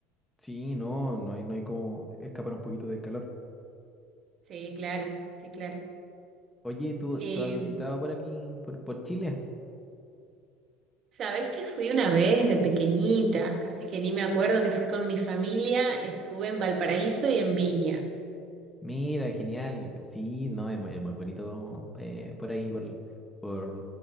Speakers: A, in the centre; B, on the right.
A: Sí, no, no hay, no hay como escapar un poquito del calor.
B: Sí, claro, sí, claro.
A: Oye, ¿tú,
B: Eh,
A: tú has visitado por aquí, por, por Chile?
B: ¿sabés que fui una vez de pequeñita? Casi que ni me acuerdo que fui con mi familia, estuve en Valparaíso y en Viña.
A: Mira, genial. Sí, no, es, mu- es muy bonito eh, por ahí, por, por,